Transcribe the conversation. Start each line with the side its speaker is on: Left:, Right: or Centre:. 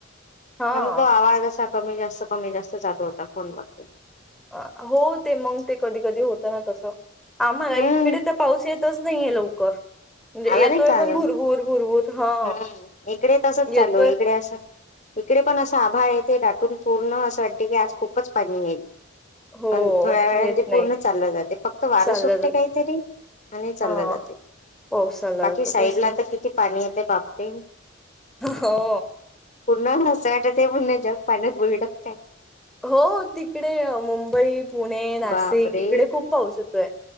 Centre: हा
Left: त्यामुळ तो आवाज असा कमी जास्त कमी जास्त चालू होता फोन वरती.
Centre: अ हो ते मंग ते कधी कधी होतं ना तसं. आम्हाला
Left: हम्म
Centre: इकडे तर पाऊस येतच नाहीये लवकर म्हणजे
Left: आला
Centre: येतोय
Left: नाही का
Centre: पण
Left: अजून
Centre: घुरघुर घुरघुर हा.
Left: हम्म इकडेही तसच
Centre: येतोय
Left: चालू आहे, इकडे असं. इकडे असं आभाळ आहे. ते दाटून पूर्ण असं वाटते की आज खूपच पाणी येईल.
Centre: हो
Left: पण थोड्या वेळाने
Centre: येत
Left: ते
Centre: नाही
Left: पूर्ण चाललं जातंय, फक्त वारं
Centre: चाललं
Left: सुटते
Centre: जात
Left: काहीतरी. आणि चाललं
Centre: हा
Left: जाते
Centre: पाऊस चालला
Left: बाकी
Centre: जातो
Left: साईड
Centre: तेच
Left: ला
Centre: ना
Left: तर किती पाणी येते बापरे.
Centre: हो.
Left: पूर्ण हसायट ते पण याच्यात पाण्यात बुरी टाकतय.
Centre: हो तिकडे अ मुंबई पुणे, नाशिक
Left: बापरे
Centre: इकडे खूप पाऊस होतोय